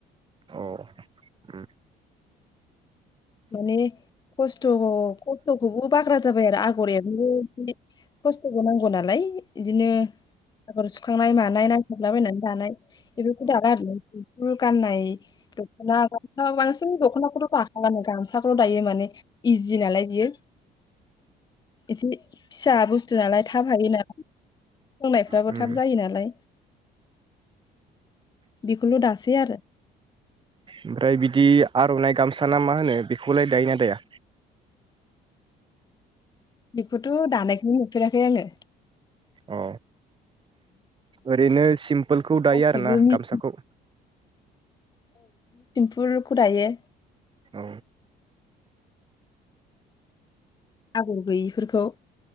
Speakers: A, on the right (about 30°); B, on the left (about 25°).
A: औ उम
B: माने खस्थ' खस्थ'खौबो बाग्रा जाबाय आरो आगर एरनोबो बि खस्थ'बो नांगौ नालाय इदिनो आगर सुखांनाय मानाय नायथाबलाबायनानै दानाय बेफोरखौ दाला आरो सेम्फुल गाननाय दख'ना गामसा होनबाबो बांसिन दख'नाखौथ' दाख खालानो गामसाखौल' दायो माने इजि नालाय बियो एसे फिसा बुस्थु नालाय थाब हायो नालाय सोंनायफ्राबो
A: ओमफ्राय
B: थाब जायो नालाय बेखौल' दासै आरो
A: ओमफ्राय बिदि आर'नाइ गामसा ना मा होनो बेखौलाय दायोना दाया?
B: बेखौथ' दानायखौनो नुफेराखै आङो
A: अ ओरैनो सिम्पोलखौ दायो
B: गासिबो
A: आरो ना
B: मिस
A: गामसाखौ?
B: फुलखौ दायो
A: औ
B: आगर गैयिफोरखौ